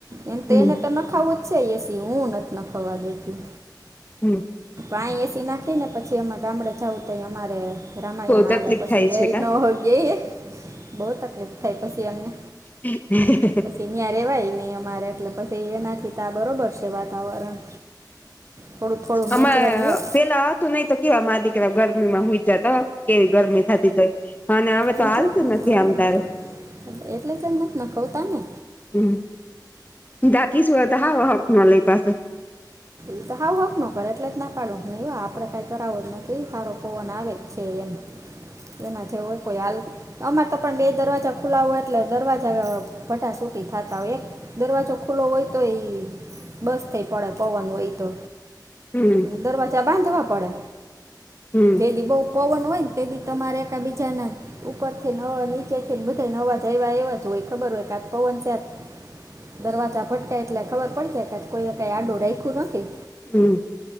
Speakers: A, on the right; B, on the left.
A: એમ તો
B: હમ
A: એને તો નખાવું જ છે એસી હું નથ નખાવા દેતી.
B: હમ્મ.
A: આય એસી નાખી ને પછી એમાં ગામડે જવું ત અમારે રામાયણ
B: બહુ તકલીફ
A: આલે પછી
B: થાય
A: રે
B: છે કા
A: ન હો ગય બહુ તકલીફ થાય પસી એમને
B: <inaudible>
A: ત્યાં રેવાય નહીં અમારે એટલે પછી એનાથી તા બરોબર છે વાતાવરણ થોડું થોડું
B: અમાં
A: નેચરલ લ્યો
B: પેલા હતું નય તો કેવા મા દીકરા ગરમીમાં હુંઈ જતા કેવી ગરમી થતી તોય અને હવે
A: સુઈ
B: તો હાલતું
A: જતા ને
B: નથી
A: હા
B: આમ તારે
A: એ તો એટલે જ એમ નથી નખવતા ને.
B: હમ્મ <unintelligible> શું તો હા હક ન લય પાસો
A: એ તો હાવ હક ન કરે એટલે જ ના પાડું નહી આપડે કાઈ કરાવો જ નથી હારો પવન આવે જ છે એમ
B: <inaudible>
A: એના જેવો હો કોય હાલ અમાંર તો પણ બે દરવાજા ખુલાવો હોય એટલે દરવાજા ભઢા સુૂટી થાતા હોય એક દરવાજો ખુલ્લો હોય તો એ બસ થઇ પડે પવન હોય તો
B: હમ્મ.
A: અને દરવાજા બાંધવા પડે
B: હમ
A: તેડી બહુ પવન હોય ને તે બી તમારે એક બીજા ના ઉપર થી નવા નીચે થીને બધાને નવા આવ્યા એવા જ હોય ખબર હોય કે પવન <unintelligible>
B: <inaudible>
A: દરવાજા ભટકાય એટલે ખબર પડી જાય કે કોઈએ કઈ આડું રાયખુ નથી.
B: હમ્મ.